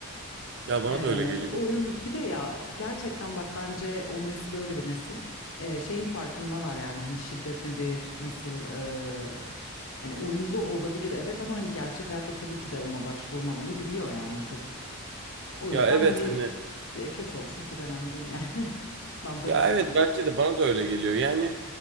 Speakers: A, on the right (about 50°); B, on the left (about 60°).
A: <laughs> ya bana
B: Ee,
A: da öyle geliyor.
B: oyun bir de ya gerçekten bak bence o nesil öyle bir nesil Ee, şeyin farkındalar yani hani şiddet nedir nasıl e, hani oyunda olabilir evet ama hani gerçek hayatta tabii ki de ona başvurmamayı biliyor yani o çocuk. O
A: Ya
B: yüzden
A: evet
B: hani
A: hani,
B: işte kötü olsun çok önemli değil yani <laughs> ben böyle
A: Ya
B: düşünüyorum.
A: evet bence de bana da öyle geliyor. Yani